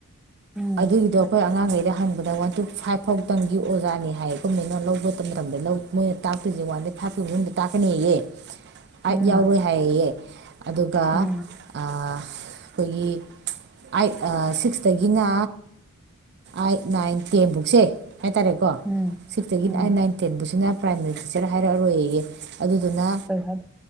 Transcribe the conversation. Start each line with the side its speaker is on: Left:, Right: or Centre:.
Centre: ꯎꯝ
Right: ꯑꯗꯨꯒꯤꯗꯣ ꯑꯩꯈꯣꯏ ꯑꯉꯥꯡꯈꯩ ꯍꯪꯕꯗ ꯋꯥꯟ ꯇꯨ ꯐꯥꯏꯚ ꯐꯥꯎꯇꯪꯒꯤ ꯑꯣꯖꯥꯅꯤ ꯍꯥꯏꯌꯦ ꯒꯣꯕꯔꯃꯦꯟꯇꯅ ꯂꯧꯕ ꯃꯇꯝꯗ ꯂꯧ ꯃꯣꯏꯅ ꯇꯥꯛꯇꯣꯏꯁꯦ ꯋꯥꯟꯗꯩ ꯐꯥꯏꯞꯄꯨꯛꯀꯤ ꯃꯅꯨꯡꯗ ꯇꯥꯛꯀꯅꯤꯌꯦ ꯑꯩꯏꯠ
Centre: ꯎꯝ
Right: ꯌꯥꯎꯔꯣꯏ ꯍꯥꯏꯌꯦꯌꯦ ꯑꯗꯨꯒ ꯑꯥ
Centre: ꯎꯝ
Right: ꯑꯩꯈꯣꯏꯒꯤ ꯑꯩꯏꯠ ꯁꯤꯛꯁꯇꯒꯤꯅ ꯑꯥꯏꯠ ꯅꯥꯏꯟ ꯇꯦꯟꯕꯨꯛꯁꯦ ꯍꯥꯏꯇꯥꯔꯦꯀꯣ
Centre: ꯎꯝ
Right: ꯁꯤꯛꯁꯇꯒꯤꯅ
Centre: ꯎꯝ
Right: ꯑꯩꯏꯛ ꯅꯥꯏꯟ ꯁꯤꯅ ꯄ꯭ꯔꯥꯏꯃꯔꯤ ꯇꯤꯆꯔ ꯍꯥꯏꯔꯛꯑꯔꯣꯏ ꯌꯦꯌꯦ ꯑꯗꯨꯗꯨꯅ
Centre: ꯀꯩ ꯍꯥꯏ